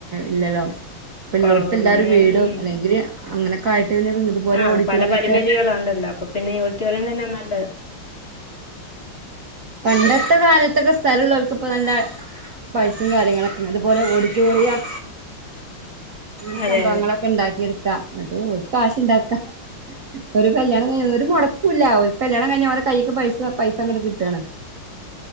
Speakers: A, on the right; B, on the left.
A: ഇല്ലല്ലോ,
B: <inaudible>
A: ഇപ്പ എല്ലോടത്തും
B: കുറവ്
A: എല്ലാരും
B: പിന്നെ
A: വീടും
B: ഉ
A: അല്ലെങ്കില് അങ്ങനൊക്കെ ആയിട്ട് പിന്നെ ഇതുപോലെ
B: ആഹ
A: ഓഡിറ്റോറിയം
B: പല പരിമിതികള
A: ഒക്കെ
B: ഉണ്ടല്ലോ അപ്പൊ പിന്നെ ഇവി.. സ്റ്ററിയതന്നാണ് നല്ലത്.
A: പണ്ടത്തെ കാലത്തൊക്കെ സ്ഥലള്ളോൽക്ക് ഇപ്പ നല്ല പൈസിം കാര്യങ്ങളൊക്കെ അതുപോലെ ഓഡിറ്റോറിയം
B: <inaudible>
A: ഇങ്ങനത്തെ സംഭവങ്ങളൊക്കെ
B: അതെ
A: ണ്ടാക്കി എടുക്കാം എന്നട്ട് ഓല്ക് കാശുണ്ടാക്കാ.. ഒരു കല്യാണം കഴിഞ്ഞഞ് ഒരു മുടക്കൂല്ല ഓല്ക് കല്യാണം കഴിഞ്ഞാ ഓലെ കയ്ക്ക് പൈസ പൈസ അങ്ങട്ട് കിട്ടാണ്.